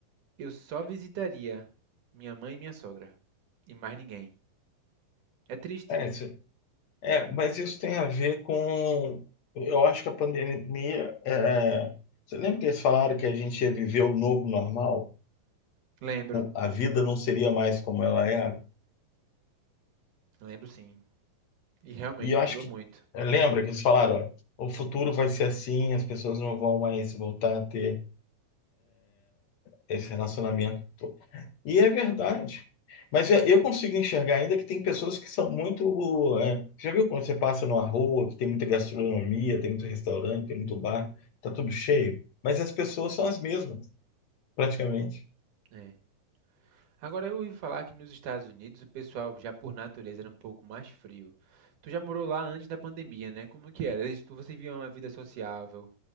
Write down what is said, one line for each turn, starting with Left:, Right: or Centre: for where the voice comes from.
Right: eu só visitaria minha mãe e minha sogra, e mais ninguém. É triste.
Left: É, isso- é, mas isso tem a ver com. Eu acho que a pandemia. é, você lembra que eles falaram que a gente ia viver o novo normal?
Right: Lembro,
Left: a vida não seria mais como ela era.
Right: lembro sim. E realmente
Left: E eu acho
Right: mudou
Left: que,
Right: muito.
Left: lembra que eles falaram, ó, o futuro vai ser assim, as pessoas não vão mais voltar a ter esse relacionamento. todo. E é verdade. Mas eu eu consigo enxergar ainda que tem pessoas que são muito. é, já viu quando você passa numa rua, que tem muita gastronomia, tem muito restaurante, tem muito bar, tá tudo cheio? Mas as pessoas são as mesmas, praticamente.
Right: né? Agora, eu ouvi falar que nos Estados Unidos o pessoal já por natureza era um pouco mais frio. Tu já morou lá antes da pandemia, né? Como que era? Eles, tu- você via uma vida sociável,